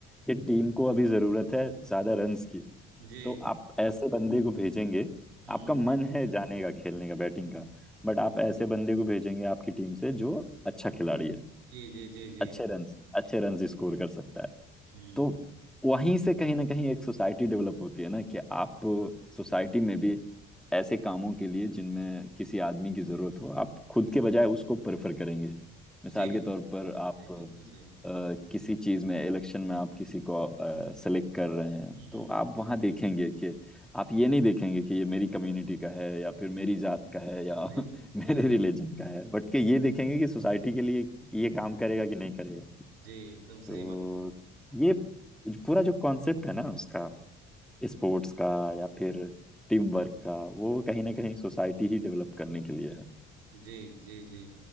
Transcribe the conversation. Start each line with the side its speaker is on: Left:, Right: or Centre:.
Centre: कि टीम को अभी जरूरत है ज्यादा रन्स की
Right: जी
Centre: तो आप ऐसे बंदे को भेजेंगे
Right: हम्म
Centre: आपका मन है जाने का खेलने का बैटिंग का बट आप ऐसे बंदे को भेजेंगे आपकी टीम से जो अच्छा खिलाड़ी है
Right: जी जी जी जी
Centre: अच्छे रन अच्छे रन स्कोर कर सकता है
Right: हम्म
Centre: तो वहीं से कहीं ना कहीं एक सोसाइटी डेवलप होती है ना कि आप सोसाइटी में भी ऐसे कामों के लिए जिनमें किसी आदमी की जरूरत हो आप खुद के बजाय उसको प्रेफर करेंगे मिसाल
Right: जी
Centre: के तौर पर आप
Right: सही बिल्कुल सही बात।
Centre: अ, किसी चीज में इलेक्शन में आप किसी को सेलेक्ट कर रहे हैं
Right: हम्म
Centre: तो आप वहां देखेंगे कि आप ये नहीं देखेंगे कि ये मेरी कम्युनिटी का है या फिर मेरी जात का है या
Right: सही
Centre: <laughs>
Right: बात सही
Centre: मेरे
Right: बात।
Centre: रिलीजन का है बट कि ये देखेंगे कि सोसाइटी के लिए ये काम करेगा कि नहीं करेगा
Right: जी एकदम
Centre: तो
Right: सही बात
Centre: ये पूरा जो कॉन्सेप्ट है ना उसका स्पोर्ट्स का या फिर टीम वर्क का वो कहीं ना कहीं सोसाइटी ही डेवलप करने के लिए है
Right: जी जी जी